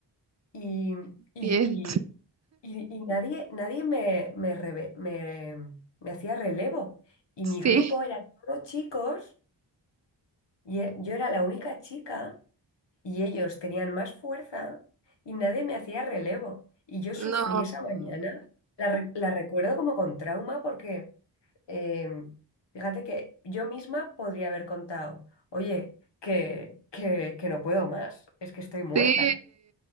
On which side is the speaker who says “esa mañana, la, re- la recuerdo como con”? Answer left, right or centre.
Left